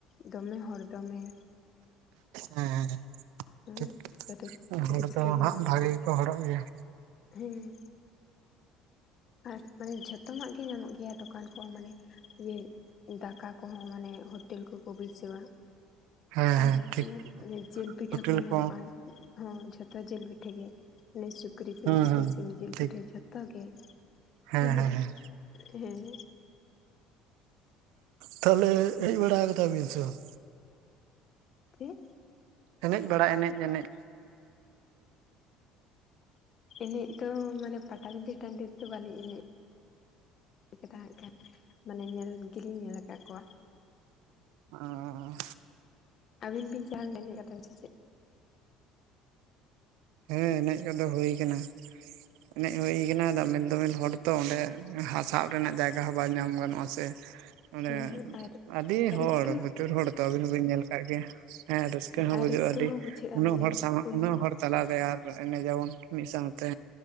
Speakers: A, on the left; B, on the right.
A: ᱫᱚᱢᱮ ᱦᱚᱲ ᱫᱚᱢᱮ᱾
B: ᱦᱮᱸ
A: <inaudible>
B: ᱴᱷᱤᱠ ᱦᱚᱲ ᱫᱚ
A: ᱜᱮᱢ
B: ᱦᱟᱸᱜ ᱵᱷᱟᱜᱮ ᱜᱮᱠᱚ ᱦᱚᱲᱚᱜ ᱜᱮᱭᱟ
A: ᱦᱮᱸ ᱟᱨ ᱢᱟᱱᱮ ᱡᱷᱚᱛᱚᱱᱟᱜ ᱜᱮ ᱧᱟᱢᱚᱜ ᱜᱮᱭᱟ ᱫᱚᱠᱟᱱ ᱠᱚ ᱢᱟᱱᱮ ᱤᱭᱟ. ᱫᱟᱠᱟ ᱠᱚᱦᱚᱸ ᱢᱟᱱᱮ ᱦᱚᱴᱮᱞ ᱠᱳᱠᱳ ᱵᱟᱹᱭᱥᱟᱹᱣᱟ
B: ᱦᱮᱸ
A: ᱟᱨ
B: ᱦᱮᱸ ᱴᱷᱤᱠ
A: ᱚᱱᱮ ᱡᱤᱞ ᱯᱤᱴᱷᱟᱹ
B: ᱯᱷᱩᱴᱤᱞ
A: ᱠᱚᱦᱚᱸ ᱧᱟᱢᱚᱜᱼᱟ
B: ᱠᱚ
A: ᱦᱚᱸ ᱡᱷᱚᱛᱚ ᱡᱤᱞ ᱯᱤᱴᱷᱟᱹ ᱜᱮ ᱢᱟᱱᱮ ᱥᱩᱠᱨᱤ ᱡᱤᱞ
B: ᱦᱮᱸ
A: ᱯᱤᱴᱷᱟᱹ
B: ᱦᱮᱸ
A: ᱥᱤᱢ ᱡᱤᱞ ᱯᱤᱴᱷᱟᱹ
B: ᱴᱷᱤᱠ
A: ᱡᱷᱚᱛᱚ ᱜᱮ
B: ᱦᱮᱸ
A: <inaudible>
B: ᱦᱮᱸ ᱦᱮᱸ
A: ᱦᱮᱸ
B: ᱛᱟᱦᱞᱮ ᱦᱮᱡ ᱵᱟᱲᱟ ᱠᱟᱫᱟ ᱵᱤᱱ ᱥᱮ ᱵᱟᱝ
A: ᱪᱮᱫ
B: ᱮᱱᱮᱡ ᱵᱟᱲᱟ ᱮᱱᱮᱡ ᱮᱱᱮᱡ
A: ᱮᱱᱮᱡ ᱫᱚ ᱢᱟᱱᱮ ᱯᱟᱴᱟ ᱵᱤᱸᱫᱷᱟᱹ ᱴᱟᱺᱰᱤ ᱨᱮ ᱫᱚ ᱵᱟᱞᱤᱧ ᱮᱱᱮᱡ ᱤᱠᱷᱟᱹᱱ ᱛᱟᱦᱮᱜ ᱠᱷᱟᱡ ᱢᱟᱱᱮ ᱧᱮᱞ ᱜᱮᱞᱤᱧ ᱧᱮᱞ ᱟᱠᱟᱜ ᱠᱚᱣᱟ
B: ᱟᱸᱻ
A: ᱟᱵᱤᱱ ᱵᱤᱱ ᱪᱟᱦᱟᱞ ᱮᱱᱮᱡ ᱠᱟᱛᱷᱟ ᱜᱮ ᱪᱮ ᱪᱮᱫ
B: ᱦᱮᱸ ᱮᱱᱮᱡ ᱠᱚᱫᱚ ᱦᱩᱭ ᱟᱠᱟᱱᱟ ᱮᱱᱮᱡ ᱦᱩᱭ ᱟᱠᱟᱱᱟ ᱫᱚᱢᱮᱞ ᱫᱚᱢᱮᱞ ᱦᱚᱲ ᱛᱳ ᱚᱸᱰᱮ ᱦᱟᱸᱜ ᱥᱟᱵ ᱨᱮᱱᱟᱜ ᱡᱟᱭᱜᱟ ᱦᱚᱸ ᱵᱟᱭ ᱧᱟᱢ ᱜᱟᱱᱚᱜᱼᱟ ᱥᱮ ᱚᱱᱮ
A: ᱦᱮᱸ ᱦᱮᱸ ᱟᱨ
B: ᱟᱹᱰᱤ ᱦᱚᱲ
A: ᱨᱟᱹᱥᱠᱟᱹ
B: ᱯᱩᱛᱩᱨ ᱦᱚᱲ ᱛᱚ ᱟᱹᱵᱤᱱ ᱦᱚᱸ ᱵᱤᱱ ᱧᱮᱞ ᱟᱠᱟᱜ ᱜᱮᱭᱟ ᱦᱮᱸ ᱨᱟᱹᱥᱠᱟᱹ ᱦᱚᱸ
A: ᱟᱨ
B: ᱵᱩᱡᱩᱜᱼᱟ
A: ᱨᱟᱹᱥᱠᱟᱹ
B: ᱟᱹᱰᱤ
A: ᱦᱚᱸ ᱵᱩᱡᱷᱟᱹᱜᱼᱟ
B: ᱩᱱᱟᱹᱜ
A: ᱢᱟᱱᱮ
B: ᱦᱚᱲ ᱥᱟᱶ
A: ᱩᱱᱠᱩ
B: ᱩᱱᱟᱹᱜ ᱦᱚᱲ ᱛᱟᱞᱟ ᱨᱮ ᱟᱨ ᱮᱱᱮᱡ ᱟᱵᱚᱱ ᱢᱤᱫ ᱥᱟᱶᱛᱮ᱾